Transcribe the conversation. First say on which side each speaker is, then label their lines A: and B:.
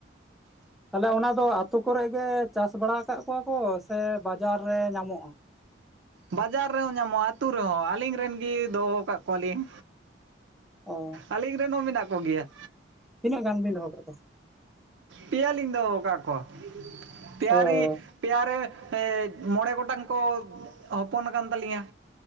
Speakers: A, in the centre; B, on the right (about 75°).
A: ᱛᱟᱦᱞᱮ ᱚᱱᱟ ᱫᱚ ᱟᱹᱛᱩ ᱠᱚᱨᱮ ᱜᱮ ᱪᱟᱥ ᱵᱟᱲᱟ ᱟᱠᱟᱜ ᱠᱚᱣᱟ ᱠᱚ ᱥᱮ ᱵᱟᱡᱟᱨ ᱨᱮ ᱧᱟᱢᱚᱜᱼᱟ
B: ᱵᱟᱡᱟᱨ ᱨᱮᱦᱚᱸ ᱧᱟᱢᱚᱜᱼᱟ ᱟᱹᱛᱩ ᱨᱮᱦᱚᱸ ᱟᱹᱞᱤᱧ ᱨᱮᱱ ᱜᱮ ᱫᱚᱦᱚ ᱟᱠᱟᱫᱜ ᱠᱚᱣᱟᱞᱤᱧ
A: ᱚ
B: ᱟᱹᱞᱤᱧ ᱨᱮᱱ ᱦᱚᱸ ᱢᱮᱱᱟᱜ ᱠᱚ ᱜᱮᱭᱟ
A: ᱛᱤᱱᱟᱹᱜ ᱜᱟᱱ ᱵᱤᱱ ᱫᱚᱦᱚ ᱠᱟᱜ ᱠᱚᱣᱟ
B: ᱯᱮᱭᱟᱞᱤᱧ ᱫᱚᱦᱚᱠᱟ ᱠᱚᱣᱟ ᱯᱮᱭᱟᱨᱤ
A: ᱚ
B: ᱯᱮᱭᱮ ᱨᱮ ᱢᱚᱬᱮ ᱜᱚᱴᱟᱝ ᱠᱚ ᱦᱚᱯᱚᱱ ᱟᱠᱟᱱ ᱛᱟᱹᱞᱤᱧᱟ